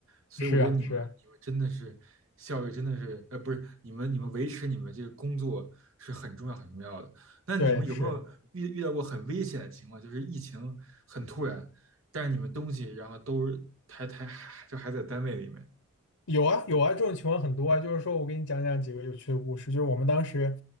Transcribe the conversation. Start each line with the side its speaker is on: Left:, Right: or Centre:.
Right: 所以我觉得你们你们真的是效率真的是呃不是你们你们维持你们这个工作是很重要很重要的。
Left: 是啊，是啊，
Right: 那你们有没有遇遇到过很危险的情况？
Left: 对，是。
Right: 就是疫情很突然，但是你们东西然后都还还还就还在单位里面。
Left: 有啊有啊，这种情况很多啊。就是说我给你讲讲几个有趣的故事。就是我们当时，